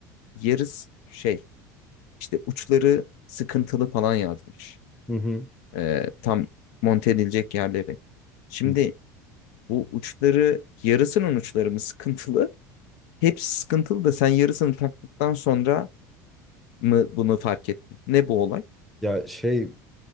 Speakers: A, on the left (about 70°); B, in the centre.
A: yarısı şey işte uçları sıkıntılı falan yazmış.
B: Hı hı.
A: Ee, tam monte edilecek yerleri. Şimdi
B: Hı.
A: bu uçları yarısının uçları mı sıkıntılı? Hepsi sıkıntılı da sen yarısını taktıktan sonra mı bunu fark ettin? Ne bu olay?
B: Ya şey